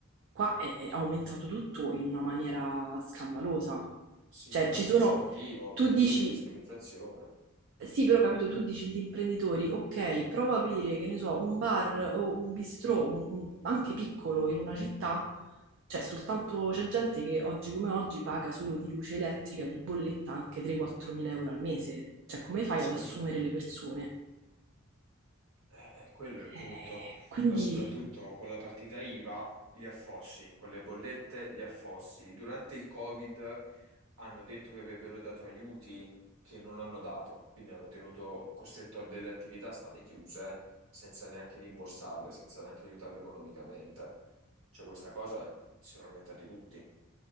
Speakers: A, on the right (about 60°); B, on the right (about 75°).
A: qua è, è aumentato tutto in una maniera scandalosa.
B: Sì,
A: Cioè
B: ma
A: ci
B: senza
A: sono,
B: motivo,
A: tu
B: perché
A: dici
B: io capisco l'inflazione.
A: sì, però capito, tu dici gli imprenditori, ok, prova a aprire, che ne so, un bar o un bistrò, un- un- anche piccolo in una città, cioè soltanto c'è gente che oggi come oggi paga solo di luce elettrica, di bolletta anche 3-4 mila euro al mese, cioè come fai
B: Sì,
A: ad assumere le persone?
B: eh, eh, quello è il punto.
A: Eh, quindi
B: Ma soprattutto con la partita IVA, gli affossi, con le bollette, gli affossi. Durante il Covid hanno detto che avrebbero dato aiuti che non hanno dato, quindi hanno tenuto costretto a delle attività a stare chiuse senza neanche rimborsarle, senza neanche aiutarle economicamente. Cioè questa cosa si sono lamentati tutti.